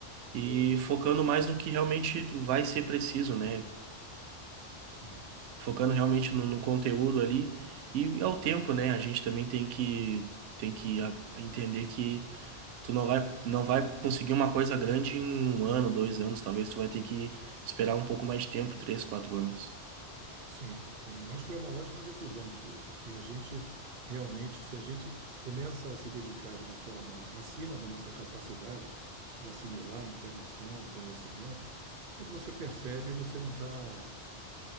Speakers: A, on the right (about 85°); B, on the right (about 50°).
A: e
B: boa.
A: focando mais no que realmente vai ser preciso, né?
B: Sim,
A: Focando realmente
B: sim,
A: no, no conteúdo ali e ao tempo, né? A gente também tem que, tem que ah, entender que tu não vai, não vai conseguir uma coisa grande em um ano, dois anos, talvez tu vai ter que esperar um pouco mais
B: sim.
A: de tempo, três, quatro anos.
B: Sim, sim. Eu acho que é uma ótima decisão sua, porque a gente realmente, se a gente começa a se dedicar de uma forma acima da nossa capacidade de assimilar informação, conhecimento, quando você percebe, você não está